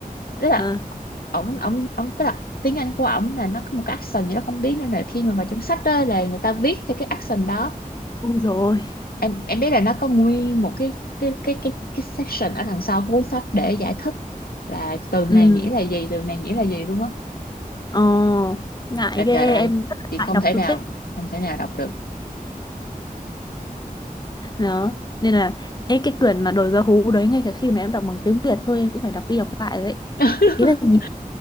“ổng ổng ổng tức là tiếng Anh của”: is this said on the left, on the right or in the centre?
Left